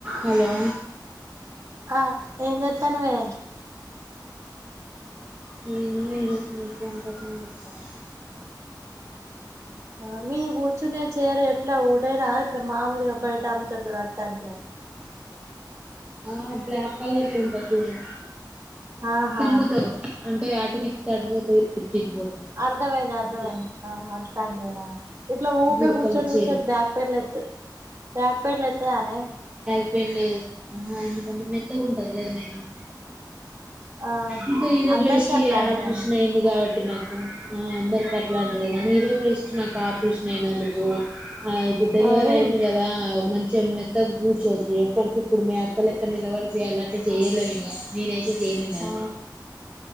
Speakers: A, on the right; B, on the right.
A: Hello
B: ఆ ఏం చెత్తానవే
A: నేను <unintelligible>
B: ఆ మీ కూర్చుచునే చేరు ఎట్లా ఉడే రావట్లా మామూలుగా బయట అమ్ముతున్నారు అట్లాంటిద
A: ఆ బ్లాక్ కలర్లో ఉంటది చూడు
B: ఆహా
A: తిరుగుతారు అంటే అంటుతిప్తే అటు పోతది తిప్తే ఇటు పోతది
B: అర్ధమైంది అర్ధమైంది
A: అట్లా
B: అ అట్లాంటివేన ఇట్లా ఊకే
A: గురకలు
B: కూర్చొని
A: చేరు
B: కూర్చొని బక్ అక్కర్లేదు డాక్టర్ లైతేఅనే
A: లేదు లేదు ఆహా ఎందుకంటే మెత్తగంటది కదనే ఇది
B: ఆహా
A: ఇంకా ఇదే
B: అందరికి
A: బెస్టే
B: అట్లాంటివేనా
A: ఆపరేషన్ అయింది కాబట్టి నాకు ఆ అందరిక అట్లాంటిదే కానీ ఇదే బెస్ట్ నాకు ఆపరషన్ అయినందుకు ఆ ఇపుడు డెలివరీ
B: ఆ ఇది
A: అయింది కదా మంచిగ మెత్తగా కూర్చోవచ్చు ఎప్పటికి ఇప్పుడు మీ కలెక్టర్ నిలవడి చేయాలంటే చేయలేమ్ ఇంగ నేనైతే చేయలే నను
B: ఆ